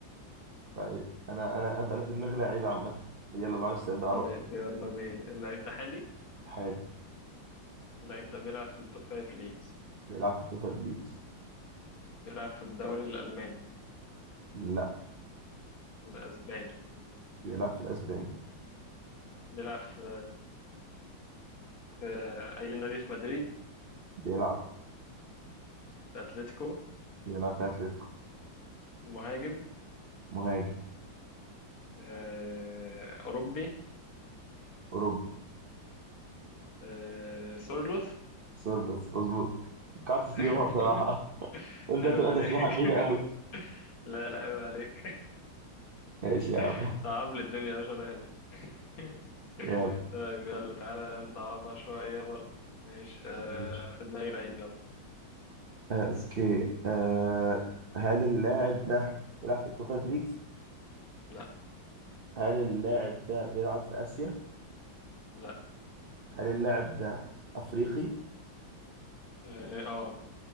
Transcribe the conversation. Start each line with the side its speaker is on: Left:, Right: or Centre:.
Right: طيب انا انا انا في دماغي لعيب عامه يلا لو عايز تبدا على
Left: طيب
Right: طول
Left: يلا بينا اللعيب ده حالي
Right: حالي
Left: اللعيب ده بيلعب في التوب 5 ليجز
Right: بيلعب في التوب فايف ليجز
Left: بيلعب في الدوري الألماني
Right: لا
Left: الأسباني
Right: بيلعب في الاسباني
Left: بيلعب في في أي نادي في مدريد
Right: بيلعب
Left: في أتلتيكو
Right: بيلعب في اتلتيكو
Left: مهاجم
Right: مهاجم
Left: آه، أوروبي
Right: اوروبي
Left: آه، سورلوث
Right: سورلوس مظبوط قعدت
Left: <laughs>
Right: تجيبها بصراحه <laughs> قلت
Left: عيب
Right: هتبقى
Left: عليك
Right: تسبيحه بعيده
Left: <laughs>
Right: قوي
Left: لا لا عيب عليك
Right: ماشي يا
Left: <laughs>
Right: عم
Left: صعب لي الدنيا يا باشا ولا يهمك <laughs>
Right: يلا
Left: طيب يلا تعالى نصعبها شوية برضه ماشي آه،
Right: ماشي
Left: في دماغي لعيب يلا
Right: آه، اوكي آه هل اللاعب ده بيلعب في التوب فايف ليجز
Left: لا
Right: هل اللاعب ده بيلعب في اسيا
Left: لا
Right: هل اللاعب ده افريقي
Left: اه